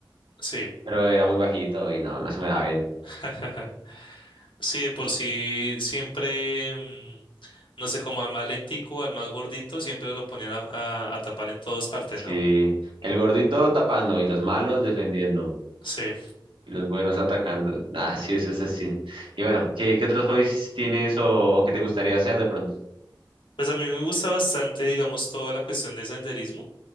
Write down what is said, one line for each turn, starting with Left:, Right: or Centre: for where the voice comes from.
Left: sí.
Right: pero era muy bajito y no, no se me daba bien.
Left: <laughs> Sí, de por sí siempre, mm, no sé, como al más lentico, al más gordito, siempre lo ponían a, a- a tapar en todas partes, ¿no?
Right: Sí, el gordito tapando y los malos defendiendo
Left: Sí.
Right: y los buenos atacando. Nah, sí, eso es así. Y bueno, ¿qué, qué otros hobbies tienes o, o que te gustaría hacer de pronto?
Left: Pues a mí me gusta bastante, digamos, toda la cuestión de senderismo.